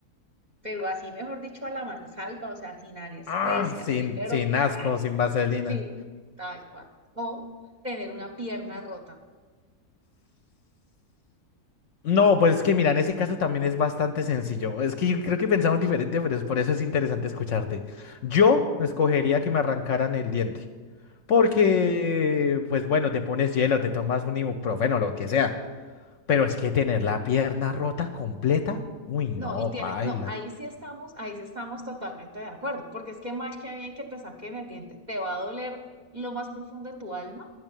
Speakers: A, on the right; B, on the left.
A: Pero así, mejor dicho, a la mansalva, o sea, sin anestesia,
B: Ah, sin,
A: así, pero
B: sin asco,
A: ¡ah!
B: sin vaselina.
A: sí, tal cual. O tener una pierna rota.
B: No, pues es que mira, en ese caso también es bastante sencillo. Es que yo creo que pensamos diferente, pero es por eso es interesante escucharte. Yo escogería que me arrancaran el diente, porque, pues bueno, te pones hielo, te tomas un ibuprofeno, lo que sea. Pero es que tener la pierna rota completa, uy, no,
A: No, y tiene,
B: paila.
A: no, ahí sí estamos, ahí sí estamos totalmente de acuerdo, porque es que mal que bien que te saquen el diente, te va a doler lo más profundo de tu alma,